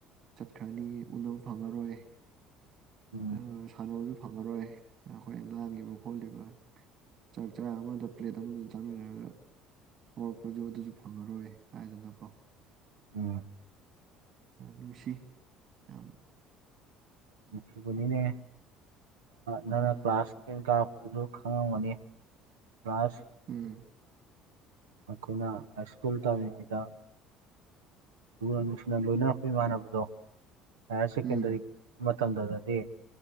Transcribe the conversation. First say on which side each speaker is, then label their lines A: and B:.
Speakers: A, on the right (about 50°); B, on the right (about 80°).
A: ꯆꯠꯈ꯭ꯔꯅꯤ ꯎꯅꯕ ꯐꯪꯉꯔꯣꯏ
B: ꯎꯝ
A: ꯑꯗꯨ ꯁꯥꯟꯅꯕꯁꯨ ꯐꯪꯉꯔꯣꯏ ꯑꯩꯈꯣꯏ ꯉꯥꯡꯉꯤꯕ ꯈꯣꯠꯂꯤꯕ ꯆꯥꯛ ꯆꯥ ꯑꯃꯗ ꯄ꯭ꯂꯦꯠ ꯑꯃꯗ ꯆꯥꯃꯤꯟꯅꯔꯒ ꯍꯧꯔꯛꯄꯁꯨ ꯑꯗꯨꯁꯨ ꯐꯪꯉꯔꯣꯏ ꯍꯥꯏꯗꯅꯀꯣ
B: ꯎꯝ
A: ꯅꯨꯡꯁꯤ ꯑ
B: ꯁꯨꯒꯅꯤꯅꯦ ꯅꯪꯅ
A: ꯎꯝ
B: ꯀ꯭ꯂꯥꯁ ꯇꯦꯟ ꯀꯥꯔꯛꯄꯗꯨꯁꯨ ꯈꯪꯉꯝꯒꯅꯤ ꯀ꯭ꯂꯥꯁ
A: ꯎꯝ
B: ꯑꯩꯈꯣꯏꯅ ꯍꯥꯏ ꯁꯀꯨꯜ ꯇꯃꯤꯗ ꯂꯨ ꯅꯨꯡꯁꯤꯅ ꯂꯣꯏꯅꯔꯛꯄ ꯏꯃꯥꯟꯅꯕꯗꯣ ꯍꯥꯏꯌꯔ ꯁꯦꯀꯦꯟꯗꯔꯤ
A: ꯎꯝ
B: ꯇꯝꯗꯗꯗꯤ